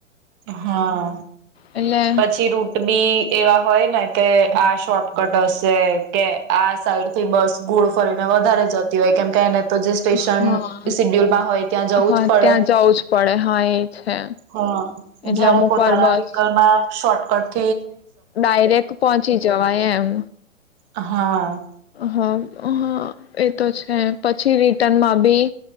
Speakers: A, on the right; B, on the left.
A: હા
B: એટલે
A: પછી રૂટબી એવા હોય ને કે આ શોર્ટકટ હશે કે આ સાઈડ થી બસ ગુળ ફરીને વધારે જતી હોય કેમકે એને તો જે સ્ટેશન
B: હા
A: સિડ્યુલમાં હોય ત્યાં જવું
B: હા
A: જ પડે
B: ત્યાં જવું જ પડે હા એ છે
A: હ
B: એટલે
A: જયારે
B: અમુક
A: પોતાના
B: વાર બસ
A: વિકલમાં માં શોટ કટ
B: ડાયરેક્ટ પહોંચી જવાય એમ
A: હા
B: હા હા એ તો છે પછી રિટર્નમાં બી